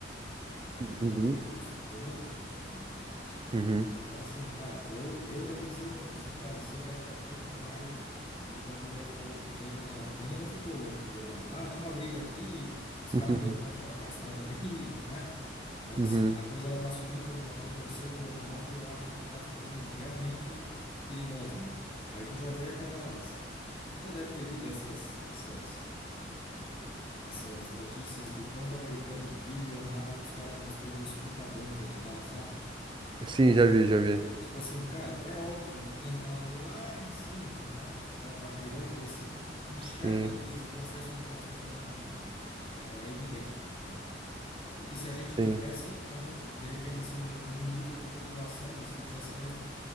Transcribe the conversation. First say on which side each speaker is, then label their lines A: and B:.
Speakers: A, on the left; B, on the right.
A: E a gente
B: uhum,
A: está vivendo isso de novo, né?
B: uhum,
A: Então, assim, cara, eu, eu já pensei muito, assim, cara, isso aí daqui a pouco vai, o bagulho vai ficar louco de verdade, porque ainda não ficou louco de verdade. Ah, dá uma briga aqui, os
B: <laughs>
A: caminhoneiros
B: uhum,
A: fecham a estrada ali, <laughs> né? Mas,
B: uhum.
A: assim, a coisa ela tá assumindo uma proporção global que eu acho que tá ficando realmente perigosa, né? Aí tu já vê aquelas, tu já deve ter lido essas, essas, essas notícias de quanto americano bilionário que os caras construíram uns puta bunker e tal, sabe?
B: Sim, já vi, já vi.
A: Tipo assim, cara, é óbvio que quem tá lá em cima, né, da, da pirâmide, assim, enxerga
B: Sim.
A: coisas e tem acesso a informações que a gente não tem. É, é evidente, né? E que se a gente
B: Sim.
A: tivesse, a gente, de repente, assim, num, num nível de população, de civilização mesmo,